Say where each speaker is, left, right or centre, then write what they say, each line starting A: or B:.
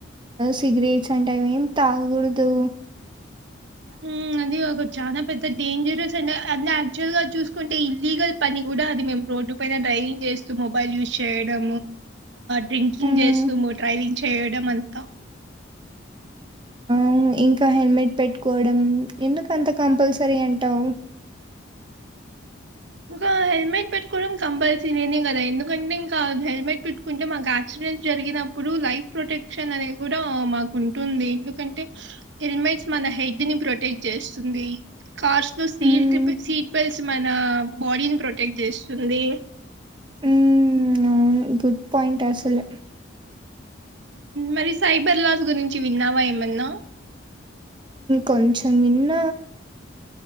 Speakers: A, on the right; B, on the right.
A: సిగరెట్స్ అంటే అవి ఏమి తాగకూడదు
B: ఉం అది ఒక చాలా పెద్ద డేంజరస్ అంే అంటే యాక్చువల్ గా చూసుకుంటే ఇల్లీగల్ పని కూ అది మే రోడ్ ప డైవింగ్ చేస్తూ మొబైల్ ూ చేయ డ్రింకింగ్
A: మ్మ్
B: చేస్తూ డ్రైవింగ్ చేయడం అంతా
A: ఉంఇంకా హెల్మెట్ పెట్టుకోవడం ఎందుకు అంత కంపల్సరీ అంటావు
B: ఇంకా హెల్మెట్ పెట్టుకోవడం కంపల్సరీనే కదా ఎందుకంటే ఇంకా హెల్మెట్ పెట్టుకుంటే మాకు ఆచ డె జరిగినప్పుడు లైఫ్ ప్రొటెక్షన్ అనేది కూడా మాకు ఉంటుంది ఎందుకంటే హే మ్ మన హెడ్ ని ప్రొటెక్ట్ చేస్తుంది కార్స్ లో సల్
A: హ్మ్
B: సీట్ బెల్ట్స్ మన బాడీని ప్రొటెక్ట్ చేస్తుంది
A: హ్మ్ అవును గుడ్ పాయింట్ అసలు
B: మరి సైబర్ లాస్ గురించి విన్నావా ఏమన్నా
A: కొంచం నిన్న